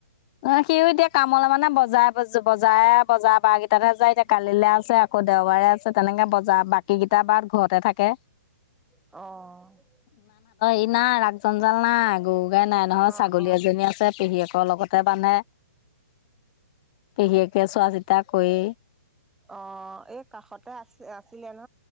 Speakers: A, on the left; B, in the centre.
A: অ সিও এতিয়া কামলৈ মানে বজাই ব-বজাই বজাৰ বাৰ কেইটাত হে যায়। এতিয়া কালিলে আছে আকৌ দেওবাৰে আছে, তেনেকে বজাৰ বাকী কেইটা এটা বাৰ ঘৰতে থাকে।
B: অহ।
A: ই নাই, ৰাগ জঞ্জাল নাই, গৰু গাই নাই নহয়,
B: অ'
A: ছাগলী
B: অ'
A: এজনী আছে পেহীয়েকৰ লগত। তাতে মানে, পেহীয়েকে চোৱা চিতা কৰি
B: অ এই কাষতে আছিল-আছিলে ন